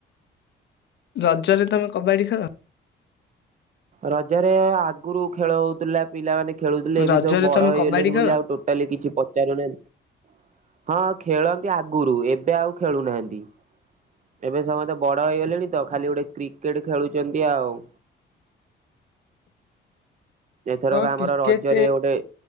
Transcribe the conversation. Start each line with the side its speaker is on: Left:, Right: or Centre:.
Left: ରଜରେ ତମେ କବାଡି ଖେଳ।
Right: ରଜରେ ଆଗରୁ ଖେଳ ହଉଥିଲା। ପିଲାମାନେ ଖେଳୁଥିଲେ ଏବେ
Left: ରଜରେ
Right: ସବୁ ବଡ
Left: ତମେ
Right: ହେଇଗଲେଣି
Left: କବାଡି ଖେଳ?
Right: ବୋଲି ଆଉ ଟୋ ଟାଲି କିଛି ପଚାରୁନାହାନ୍ତି ହଁ ଖେଳନ୍ତି ଆଗରୁ ଏବେ ଆଉ ଖେଳୁନାହାନ୍ତି। ଏବେ ସମସ୍ତେ ବଡ ହେଇଗଲେଣି ତ ଖାଲି ଗୋଟେ କ୍ରିକେଟ ଖେଳୁଛନ୍ତି ଆଉ। ଏଥରକ
Left: ହଁ
Right: ଆମର
Left: କ୍ରିକେଟ
Right: ରଜରେ ଗୋଟେ